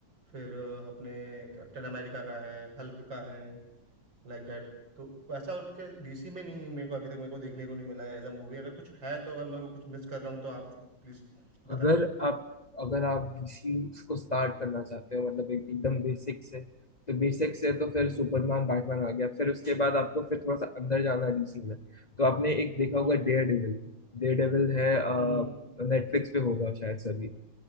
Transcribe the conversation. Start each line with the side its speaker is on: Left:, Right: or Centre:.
Right: फिर अ, अपने कैप्टन अमेरिका का है हल्क का है लाइक दैट तो वैसा उठ के डीसी में नहीं मेरे को अभी तक मेरे को देखने को नहीं मिला है एज अ मूवी अगर कुछ है तो अगर मैं कुछ मिस कर रहा हूँ तो आप उसको प्लीज बताएं
Left: अगर आप अगर आप डीसी को स्टार्ट करना चाहते हो मतलब एक, एकदम बेसिक से तो बेसिक से तो फिर
Right: हम्म
Left: सुपरमैन बैटमैन आ गया फिर उसके बाद आपको फिर थोड़ा सा अंदर जाना है डीसी में तो आपने एक देखा
Right: हम्म
Left: होगा डेयर डेविल डेयर डेविल है
Right: हम्म,
Left: नेटफ्लिक्स पे होगा शायद से अभी।